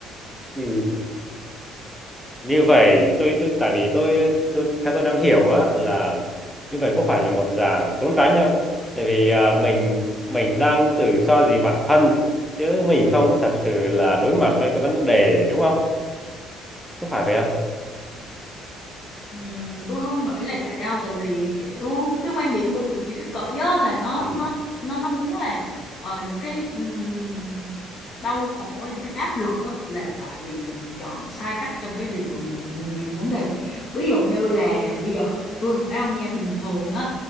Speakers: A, in the centre; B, on the left (about 45°).
A: Ừ. như vậy tôi tôi tại vì tôi tôi theo tôi đang hiểu á là như vậy có phải là một dạng trốn tránh không tại vì à, mình mình đang tự so gì bản thân chứ mình không có thật sự là đối mặt với cái vấn đề đúng không có phải vậy không
B: Ừm, tôi không nghĩ là vậy đâu tại vì kiểu cái quan điểm của chủ nghĩa khích kỷ á, là nó
A: ừ,
B: nó nó nó muốn là ờ, những cái ừm, đau khổ những cái áp lực á, là tại vì là mình chọn sai cách trong cái việc mà mình nhận nhìn nhận vấn đề ví dụ như là bây giờ tôi hỏi ông nha bình thường á